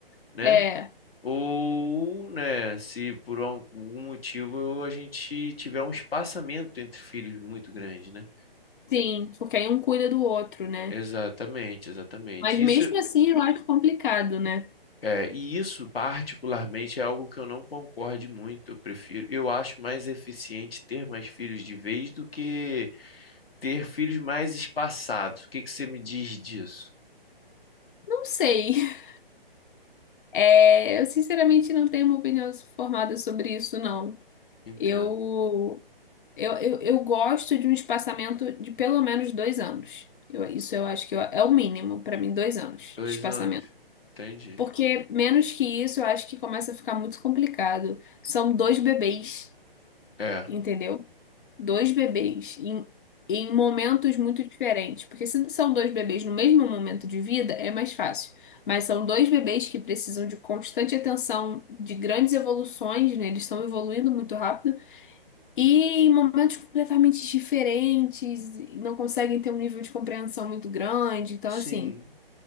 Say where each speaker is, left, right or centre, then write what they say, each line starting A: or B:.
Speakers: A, on the left; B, on the left.
A: né?
B: é,
A: Ou, né, se por algum motivo a gente tiver um espaçamento entre filhos muito grande, né?
B: sim, porque aí um cuida do outro, né?
A: Exatamente, exatamente.
B: Mas
A: Isso
B: mesmo assim, eu acho complicado, né?
A: é, e isso particularmente é algo que eu não concorde muito. Eu prefiro, eu acho mais eficiente ter mais filhos de vez do que ter filhos mais espaçados. O que que você me diz disso?
B: Não sei. <laughs> É, eu sinceramente não tenho uma opinião formada sobre isso, não.
A: Entendo.
B: Eu, eu, eu, eu gosto de um espaçamento de pelo menos dois anos. Eu- isso eu acho que eu- é o mínimo para mim, dois anos
A: Dois
B: de espaçamento.
A: anos. Entendi.
B: Porque menos que isso, eu acho que começa a ficar muito complicado. São dois bebês,
A: É.
B: entendeu? Dois bebês em, em momentos muito diferentes. Porque se são dois bebês no mesmo momento de vida, é mais fácil. Mas são dois bebês que precisam de constante atenção, de grandes evoluções, né? Eles estão evoluindo muito rápido e em momentos completamente diferentes, e não conseguem ter um nível de compreensão muito grande. Então,
A: Sim.
B: assim,